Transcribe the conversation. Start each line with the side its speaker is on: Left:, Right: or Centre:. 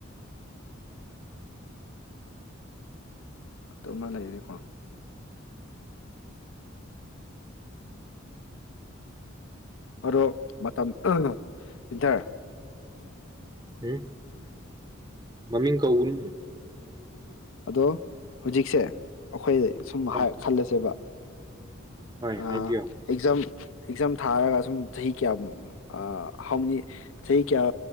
Left: ꯑꯗꯨꯃ ꯂꯩꯔꯦꯀꯣ ꯑꯗꯣ ꯃꯇꯝ ꯏꯟꯊꯔ
Right: ꯎꯝ ꯃꯃꯤꯡ ꯀꯧꯒꯅꯨ
Left: ꯑꯗꯣ ꯍꯧꯖꯤꯛꯁꯦ ꯑꯩꯈꯣꯏ ꯁꯨꯝ
Right: ꯍꯣꯏ
Left: ꯈꯜꯂꯁꯦꯕ
Right: ꯍꯣꯏ
Left: ꯑ
Right: ꯍꯥꯏꯕꯤꯌꯣ
Left: ꯑꯦꯛꯖꯝ ꯑꯦꯛꯖꯥꯝ ꯊꯥꯔꯒ ꯁꯨꯝ ꯆꯍꯤ ꯀꯌꯥ ꯍꯥꯎ ꯃꯦꯅꯤ ꯆꯍꯤ ꯀꯌꯥ